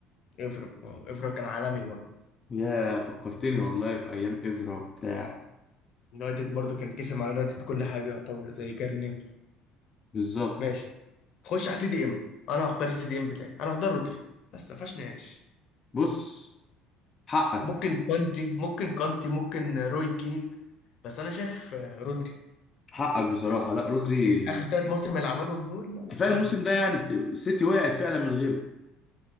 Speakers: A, on the left; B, on the left.
A: افرا آه، افرا كان عالمي برضه
B: يا فكرتني والله بأيام إفرا بتاع
A: يونايتد برضه كان كسب مع يونايتد كل حاجه يعتبر زي جاري نيفل
B: بالظبط
A: ماشي خش على سي دي ام انا هختار السي دي ام بتاعي انا هختار رودري بس ما فيهاش نقاش
B: بص حقك
A: ممكن كانتي ممكن كانتي ممكن روي كين بس انا شايف آه، رودري
B: حقك بصراحة
A: بال...
B: لا رودري
A: بالاخر ثلاث مواسم اللي عملهم دول انا
B: كفاية
A: هختار
B: الموسم
A: رودري
B: ده يعني السيتي وقعت فعلا من غيره